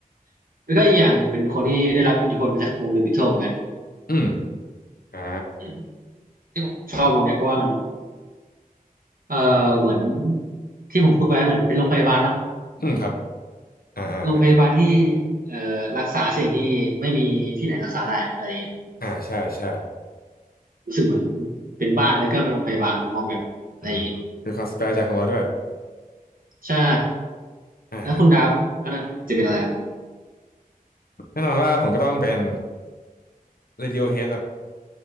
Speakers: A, on the right (about 70°); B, on the left (about 80°).
A: ๆแล้วก็อีกอย่างหนึ่งเป็นคนที่ได้รับอิทธิพลมาจากวงเดอะบิทเทิลเหมือนกัน
B: อืมอ่า
A: อืมที่ผมชอบวงเนี้ยเพราะว่ามัน เอ่อเหมือนที่ผมพูดไปเหมือนเป็นโรงพยาบาลเนาะ
B: อืมครับอ่าอ่า
A: เป็นโรงพยาบาลที่เอ่อรักษาสิ่งที่ไม่มีที่ไหนรักษาได้อะไรอย่างเงี้ย
B: อ่าใช่ใช่
A: รู้สึกเหมือนเป็นบ้านแล้วก็เป็นโรงพยาบาลพร้อมกันอะไรอย่างเงี้ย
B: อืมเป็นความสเปรจ์ใของเราด้วย
A: อืมใช่
B: อ่าครับ
A: แล้วคุณดับอันดับหนึ่งจะเป็นอะไรครับ
B: แน่นอนว่าผมก็ต้องเป็น Radiohead ครับ